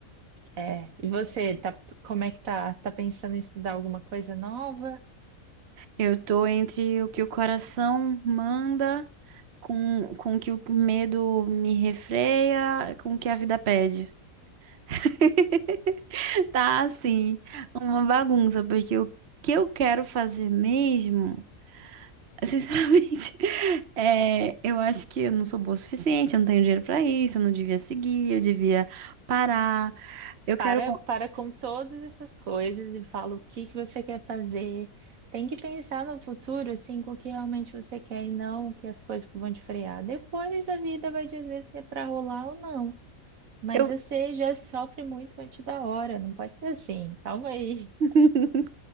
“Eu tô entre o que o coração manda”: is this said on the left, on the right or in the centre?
Right